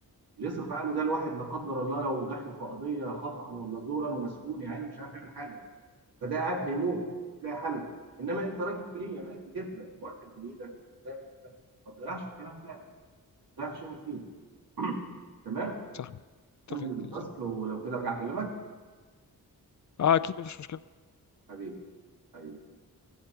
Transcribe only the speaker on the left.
صح اتفق
جدا
صح
اه اكيد مفيش